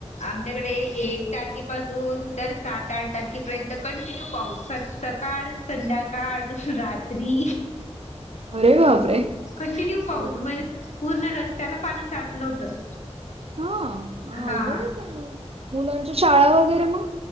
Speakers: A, on the left; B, on the right.
A: आमच्याकडे एक तारखेपासून तर सात आठ तारखेपर्यंत कंटिन्यू पाऊस सक सक सकाळ संध्याकाळ दुस रात्री
B: अरे बापरे
A: कंटिन्यू
B: अवघड
A: पाऊस म्हण
B: आहे
A: पूर्ण रस्त्याला पाणी साचलं होतं.
B: हा अवघडच
A: हा
B: आहे मग, मुलांच्या शाळा वगैरे मग.